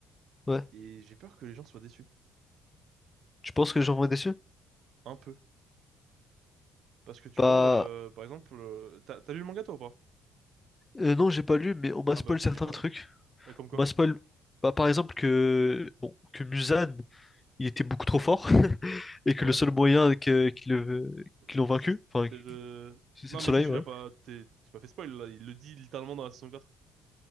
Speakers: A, on the left; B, on the right.
A: Ouais.
B: et j'ai peur que les gens soient déçus.
A: Tu penses que les gens vont être déçus?
B: Un peu. Parce que tu
A: Bah,
B: vois, euh, par exemple, euh, t'as, t'as lu le manga toi ou pas?
A: Euh, non, j'ai pas lu, mais on m'a
B: Ah
A: spoil
B: bah, je
A: certains
B: te dis pas
A: trucs.
B: alors. Euh, Comme quoi?
A: On m'a spoil, bah, par exemple, que, bon, que Musan, il était beaucoup trop fort, <laughs> et que
B: Ouais.
A: le seul moyen que, qu'ils le- qu'ils
B: Euh,
A: l'ont vaincu, enfin,
B: C'est le.
A: c'est
B: Non,
A: le
B: mais
A: soleil,
B: ça, tu
A: ouais.
B: l'as pas. T'es t'es pas fait spoil là, il le dit littéralement dans la saison 4.